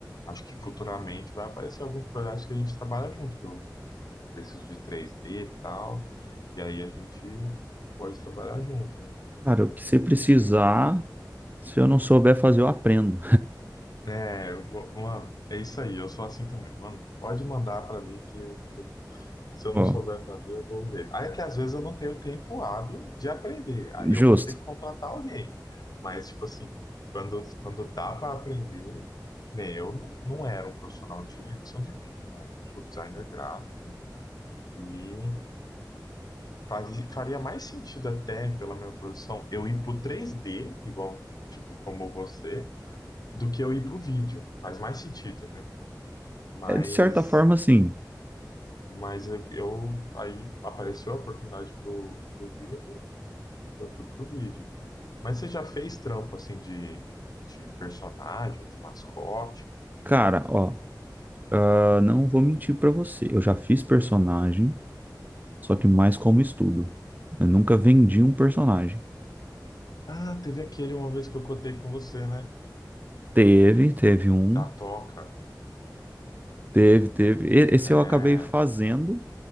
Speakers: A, on the left; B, on the right.
A: acho que futuramente vai aparecer alguns projetos que a gente trabalha junto, que eu preciso de três d e tal, e aí a gente pode trabalhar junto,
B: Cara, o que você precisar, se eu não souber fazer, eu aprendo.
A: né? É, eu go- mano, é isso aí, eu sou assim também, mano. Pode mandar pra mim que eu Se eu
B: <laughs>
A: não
B: Ó,
A: souber fazer, eu dou um jeito. Aí é que às vezes eu não tenho tempo hábil de aprender. Aí
B: justo.
A: eu vou ter que contratar alguém. Mas, tipo assim, quando, quando dá para aprender, que nem eu não, não era um profissional de edição de vídeo, né? Eu sou designer gráfico e faz, faria mais sentido até pela minha produção eu ir pro 3D, igual, tipo, como você, do que eu ir pro vídeo. Faz mais sentido, né? Mas,
B: É de certa forma assim,
A: mas eu aí apareceu a oportunidade pro, pro vídeo. Eu fui pro vídeo. Mas você já fez trampo assim de, de personagem, de mascote?
B: cara, ó, ah, não vou mentir para você. Eu já fiz personagem, só que mais como estudo. Eu nunca vendi um personagem.
A: Ah, teve aquele uma vez que eu contei com você, né?
B: Teve, teve um
A: Da Toca.
B: Teve, teve. E- Esse
A: É.
B: eu acabei fazendo,